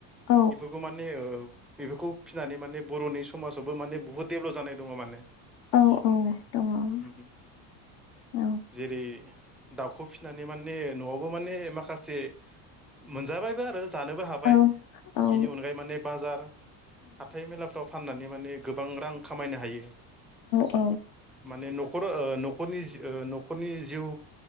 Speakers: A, on the left; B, in the centre.
A: औ
B: इफोखौ माने ओ औ बेफोरखौ फिनानै माने बर'नि समाजावबो माने बुहुत दडेभलप जानाय दङ माने
A: औ दङ
B: ओम
A: औ
B: जेरै दाउखौ फिसिनानै माने न'आवबो माने माखासे मोनजाबायबो आरो जानोबो हाबाय
A: औ औ
B: बिनि माने बाजार हाथाइ मेलाफ्राव फानना माने माने गोबां रां खामायनो हायो।
A: औ
B: माने न'खर ओ नख खरनि ओ न'खरनि जिउ